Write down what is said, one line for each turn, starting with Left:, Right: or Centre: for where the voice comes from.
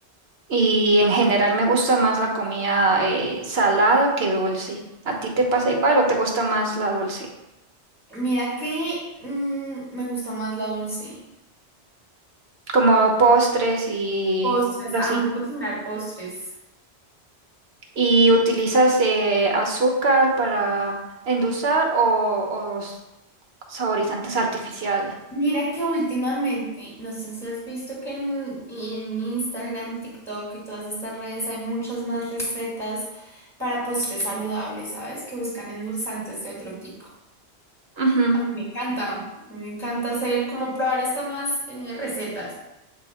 Right: Y en general me gusta más la comida eh, salada que dulce. ¿A ti te pasa igual o te gusta más la dulce?
Centre: Mira que mm, me gusta más la dulce.
Right: Como postres y
Centre: Postres,
Right: cosas así.
Centre: amo cocinar postres.
Right: ¿Y utilizas eh, azúcar para endulzar o, o s- saborizantes artificiales?
Centre: Mira que últimamente, no sé si has visto que en, en Instagram, TikTok y todas estas redes hay muchas más recetas para postres saludables, ¿sabes? Que buscan endulzantes de otro tipo.
Right: Ujú,
Centre: A mí me encanta, a mí me encanta hacer como probar estas nuevas eh, recetas,